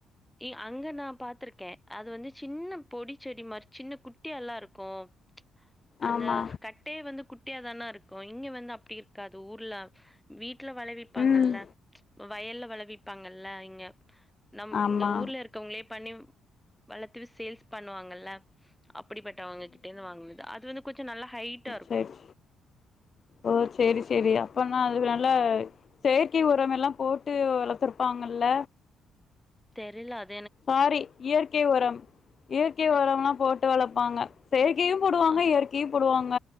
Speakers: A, in the centre; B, on the left.
A: இ அங்க நான் பாத்ருக்கேன். அது வந்து சின்ன பொடி செடி மாரி சின்ன குட்டியால்லா இருக்கும் அந்த
B: ஆமா
A: கட்டைய வந்து குட் ட்டியா தான இருக்கும் இங்க வந்து அப்டி இருக்காது. ஊர்ல வீட் வீட்ல வளவிப்பாங்கல்ல
B: ம்
A: வயல்ல வளவிப்பாங்கல்ல <unintelligible> நம்
B: ஆமா
A: இங்க ஊர்ல இருக்கவங்களே பண்ணி வளர்த்து சேல்ஸ் பண்ணுவாங்கல்ல அப்படிப்பட்ட அவங்க கிட்டே இருந்து வாங்கினது அது வந்து குச்ச நல்லா ஹைட்டா இருக்கும்.
B: சரி ஓ செரி செரி அப்ப னா அது நல்ல செயற்கை உரமெல்லாம் போட்டு வளர்த்துருப்பாங்கல்ல
A: தெரில அத்
B: சாரி இயற்கை உரம் இயற்கை உரம்லாம் போட்டு வளப்பாங்க செயற்கையும் போடுவாங்க
A: ஆ.
B: இயற்கையு போடுவாங்க